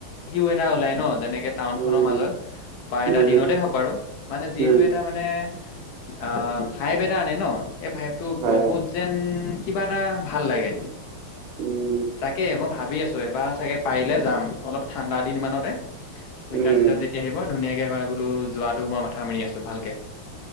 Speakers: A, on the left; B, on the right.
A: ভিও এটা ওলাই ন যেনেকে টাউনখনৰ
B: উম,
A: মাজত বা
B: উম,
A: এটা দিনতে
B: উম,
A: হওক বাৰু মানে যিটো
B: উম,
A: এটা মা নে অ', ভাইব এটা আনে ন, সেই ভাইবটো
B: হয়,
A: বহুত
B: হয়,
A: যেন কিবা এটা ভাল লাগে।
B: উম,
A: তাকে মই ভাবি আছো, এবাৰ চাগে পাৰিলে যাম, অলপ ঠাণ্ডা দিন মানতে উইন্টাৰ
B: উম,
A: চিজন যেতিয়া আহিব ধুনীয়াকে বোলো যোৱাত <unintelligible> মাথা মাৰি আছো ভালকে।